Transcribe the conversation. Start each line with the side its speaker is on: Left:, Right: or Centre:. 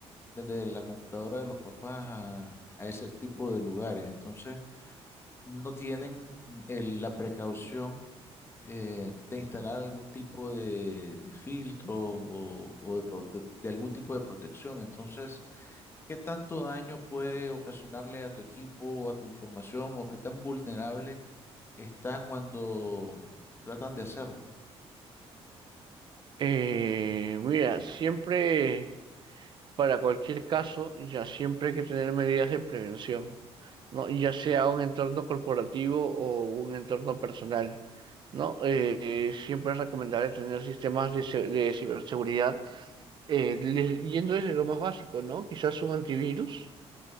Left: desde la computadora de los papás a, a ese tipo de lugares. Entonces, no tienen mm, el- la precaución eh, de instalar algún tipo de, de filtro o, o de, pro- de- de algún tipo de protección. Entonces, ¿qué tanto daño puede ocasionarle a tu equipo o a tu información o qué tan vulnerable está cuando tratan de hacerlo?
Right: Eh, mira, siempre, para cualquier caso, ya siempre hay que tener medidas de prevención, ¿no? Ya sea un entorno corporativo o un entorno personal, ¿no? Eh, eh, siempre es recomendable tener sistemas de, se- de ciberseguridad, eh, le- yendo desde lo más básico, ¿no? Quizás un antivirus